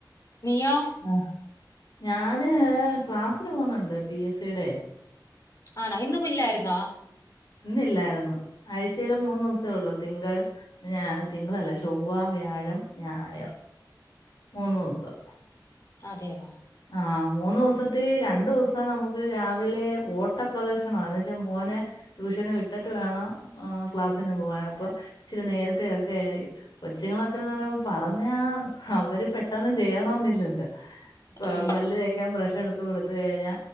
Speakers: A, on the left; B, on the left.
A: നീയോ
B: ആ ഞാന് ക്ലാസ്സിന് പോവുന്നുണ്ട് പി എസ് സിയുടെ
A: ആണാ ഇന്ന് പുല്ലായിരുന്നോ
B: ഇന്നില്ലായിരുന്നു ആഴ്ചയില് മൂന്നിസേ ഉള്ളൂ തിങ്കൾ ഞാ തിങ്കളല്ല ചൊവ്വ വ്യാഴം ഞായർ മൂന്ന് ദിവസം
A: അതെയോ
B: ആഹ് മൂന്നുദിവസത്തി രണ്ടുദിവസം നമുക്ക് രാവിലെ ഓട്ട പ്രധാർശനമാ വെച്ചാ മോനെ ട്യൂഷന് വിട്ടിട്ട് വേണം ക്ലാസ്സിന് പോവാന് അപ്പൊ ഇച്ചിരി നേരത്തെ ഒക്കെ കൊച്ചുങ്ങളൊക്കെന്ന് പറയുമ്പോ പറഞ്ഞാ അവര് പെട്ടെന്ന് ചെയ്യണോന്ന്ല്ലല്ലോ
A: ഇല്ല
B: പല്ല് തേ ക്കാൻ ബ്രഷ് എടുത്ത്കൊടുത്തു കഴിഞ്ഞാ